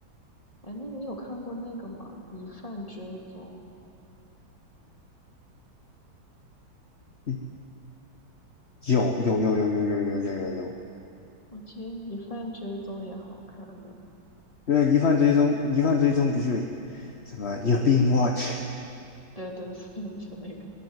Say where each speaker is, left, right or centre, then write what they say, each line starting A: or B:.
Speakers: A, on the left (about 15°); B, on the left (about 40°).
A: 哎，那你有看过那个吗？《疑犯追踪》，
B: 嗯有有有有有有有有有有，
A: 我觉得《疑犯追踪》也好看的。
B: 因为疑犯追踪，疑犯追踪不就什么 You're being watched。
A: 对对，<laughs> 所以就那个，